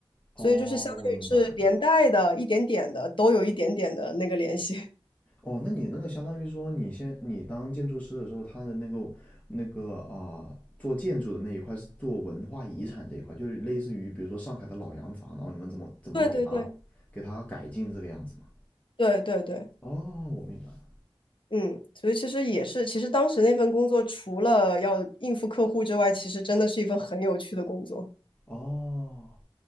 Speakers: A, on the left (about 15°); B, on the left (about 60°).
A: 哦，
B: 所以就是相当于是连带的一点点的，
A: 我明白了。
B: 都有一点点的那个联系。
A: 哦，那你那个相当于说，你先你当建筑师的时候，他的那个那个啊、做建筑的那一块是做文化遗产这一块，就是类似于比如说上海的老洋房，然后你们怎么怎么给它给它改进这个样子嘛？
B: <laughs> 对对对对对对。
A: 哦，我明白了
B: 嗯，所以其实也是，其实当时那份工作除了要应付客户之外，其实真的是一份很有趣的工作。
A: 哦，